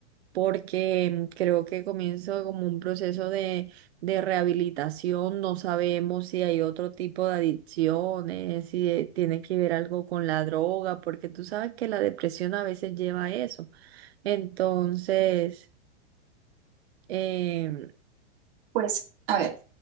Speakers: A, on the right; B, on the right.
A: porque creo que comienza como un proceso de, de rehabilitación. No sabemos si hay otro tipo de adicciones, si eh, tiene que ver algo con la droga, porque tú sabes que la depresión a veces lleva a eso. Entonces, em,
B: Pues, a ver,